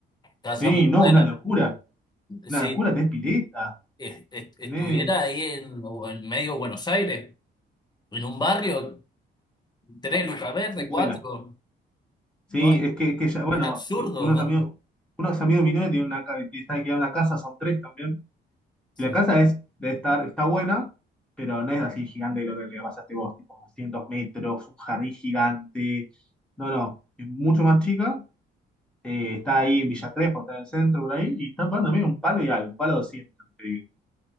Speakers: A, on the left; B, in the centre.
A: casas
B: Sí,
A: muy
B: no,
A: buenas.
B: una locura, una
A: Si
B: locura, tenés pileta,
A: es- es- estuviera
B: tenés
A: ahí en, o en medio de Buenos Aires, en un barrio, tres lucas verde,
B: vuela.
A: cuatro,
B: Sí,
A: no,
B: es que, que ya, bueno,
A: es absurdo.
B: co- unos amigos,
A: <laughs>
B: unos amigos de mi novia tienen una, ca- que están alquilando una casa, son tres también.
A: Sí.
B: La casa es, debe estar, está buena, pero no es así gigante lo que le pasaste vos, tipo 200 metros, un jardín gigante. No, no, es mucho más chica. eh, está ahí en Villa Crespo, está en el centro por ahí, y están pagando también un palo y algo, un palo 200, lo que te digo.